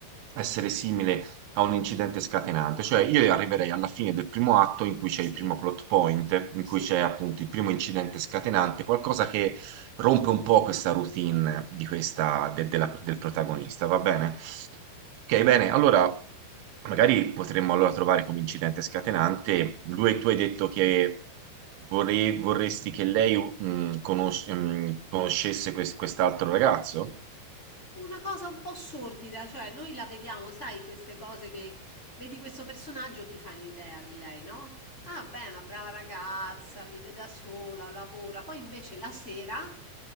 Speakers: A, on the right; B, on the left.
A: essere simile a un incidente scatenante, cioè io arriverei alla fine del primo atto in cui
B: sì,
A: c'è il primo plot point, in
B: sì.
A: cui c'è appunto il primo incidente scatenante, qualcosa che rompe un po' questa routine di questa, de- della- del protagonista, va bene? Ok, bene, allora Magari potremmo allora trovare come incidente scatenante, lui, tu hai detto che vorrei- vorresti che lei mh, conos- mh, conoscesse quest- quest'altro ragazzo?
B: Una cosa un po' sordida, cioè noi la vediamo, sai, queste cose che vedi questo personaggio, ti fai un'idea di lei, no? Ah, beh, è una brava ragazza, vive da sola, lavora, poi invece la sera